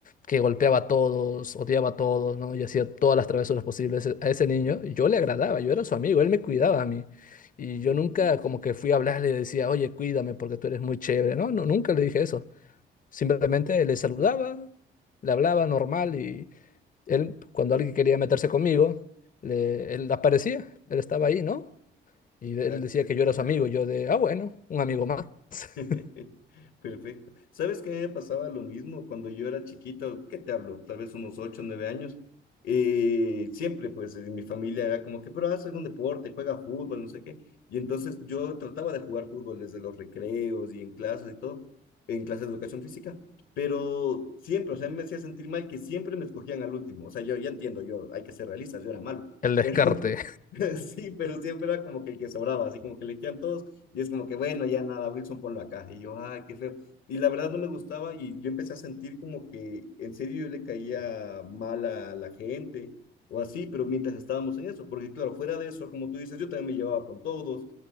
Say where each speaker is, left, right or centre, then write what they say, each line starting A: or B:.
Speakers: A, on the left; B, on the left.
A: que golpeaba a todos, odiaba a todos, ¿no? Y hacía todas las travesuras posibles e, a ese niño, yo le agradaba, yo era su amigo, él me cuidaba a mí. Y
B: Mm,
A: yo nunca como que fui a hablarle y le decía, oye, cuídame porque tú eres muy chévere, ¿no? No, nunca le dije eso. Simplemente le saludaba le hablaba normal y, él, cuando alguien quería meterse conmigo, le- él aparecía, él estaba ahí, ¿no? Y él
B: ah,
A: decía
B: qué espectacular.
A: que yo era su amigo, yo de, ah, bueno, un amigo más. <laughs>
B: <laughs> Perfecto. ¿Sabes que me pasaba lo mismo cuando yo era chiquito? ¿Qué te hablo? Tal vez unos 8 nueve años. Eh, siempre, pues, en mi familia era como que, pero haz algún deporte, juega fútbol, no sé qué. Y entonces yo trataba de jugar fútbol desde los recreos y en clases y todo, en clases de educación física, pero siempre, o sea, me hacía sentir mal que siempre me escogían al último. O sea, yo ya entiendo, yo hay que ser realistas, yo era malo,
A: El
B: pero
A: descarte.
B: <laughs> sí, pero siempre era como que el que sobraba, así como que le quedan todos y es como que, bueno, ya nada, Wilson, ponlo acá. Y yo, ay, qué feo. Y la verdad no me gustaba y yo empecé a sentir como que en serio yo le caía mal a la gente o así, pero mientras estábamos en eso, porque claro, fuera de eso, como tú dices, yo también me llevaba con todos,